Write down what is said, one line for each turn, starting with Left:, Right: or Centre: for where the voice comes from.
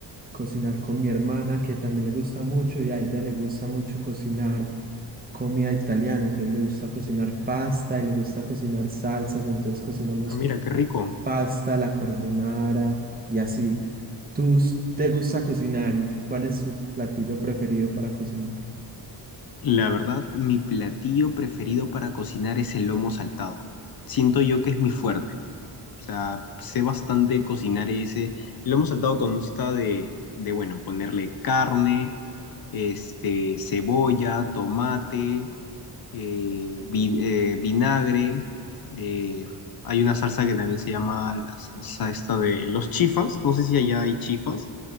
Right: cocinar con mi hermana, que también le gusta mucho y a ella le gusta mucho cocinar comida italiana, entonces le gusta cocinar pasta y le gusta cocinar salsas, entonces cocinamos
Left: Ah, mira, qué rico.
Right: pasta, la carbonara y así. ¿Tú s- te gusta cocinar y cuál es tu platillo preferido para cocinar?
Left: La verdad, mi platillo preferido para cocinar es el lomo saltado. Siento yo que es mi fuerte. O sea, sé bastante cocinar ese. El lomo saltado consta de, de bueno, ponerle carne, este, cebolla, tomate, eh, vi- eh, vinagre. eh, hay una salsa que también se llama la salsa esta de los chifas. No sé si allá hay chifas,